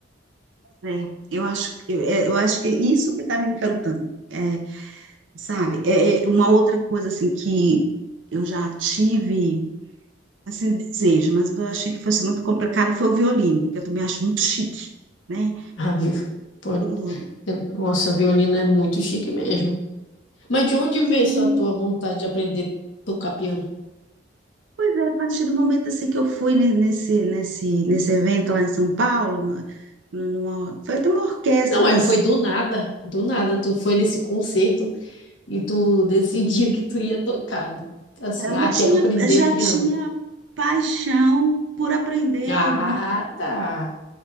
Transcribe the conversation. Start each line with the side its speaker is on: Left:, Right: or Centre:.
Right: é, eu acho, eu, é, eu acho que isso que tá me encantando, é, sabe? É, é uma outra coisa, assim, que eu já tive, assim, desejo, mas eu achei que fosse muito complicado, foi o violino, que eu também acho muito chique, né?
Left: Ah, vi- pode...
Right: Eu-
Left: Nossa, violino é muito chique mesmo. Mas de onde veio
Right: E,
Left: essa tua vontade de aprender a tocar piano?
Right: Pois é, a partir do momento assim que eu fui ne- nesse, nesse, nesse evento lá em São Paulo, no- no- numa- foi até uma orquestra,
Left: Não, mas
Right: mas
Left: foi do nada, do nada. Tu foi nesse concerto e tu <laughs> decidiu que tu ia tocar. Assim,
Right: eu
Left: ah,
Right: já
Left: quero
Right: tinha,
Left: aprender
Right: já
Left: piano.
Right: tinha paixão por aprender
Left: Ah,
Right: algum,
Left: tá.